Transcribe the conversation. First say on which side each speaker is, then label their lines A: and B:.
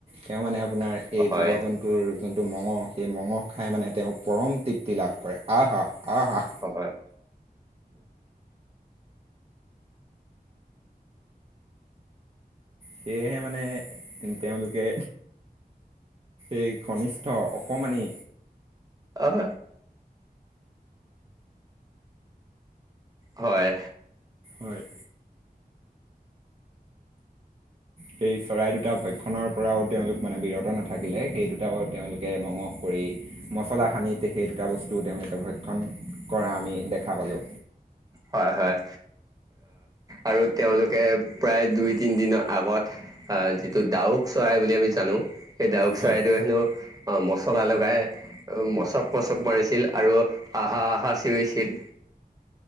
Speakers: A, on the right; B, on the right.
A: তেওঁ মানে আপোনাৰ সেই
B: হয়
A: জীৱ জন্তুৰ যোনটো মঙহ সেই মঙহ খাই মানে তেওঁ পৰম তৃপ্তি লাভ কৰে আহা, আহা
B: হয়,
A: সেয়েহে মানে তেওঁলোকে এই কনিষ্ঠ অকমানি
B: আহ হয়,
A: হয় সেই চৰাই দুটা ভয় খনৰ পৰাও তেওঁলোক মানে বিৰত নাথাকিলে সেই দুটা তেওঁলোকে মঙ কৰি মছলা সানি তে সেই দুটা বস্তু তেওঁলোকে ভক্ষণ কৰা আমি দেখা পালোঁ
B: হয়, হয় আৰু তেওঁলোকে প্ৰায় দুই তিনিদিনৰ আগত আ, যিটো ডাউক চৰাই বুলি আমি জানো, সেই ডাউক
A: হয়
B: চৰাইটোৱে হেনো অ, চলাই লগাই মচক পচক মাৰিছিল আৰু আহা, আহা ছিয়ৰিছিল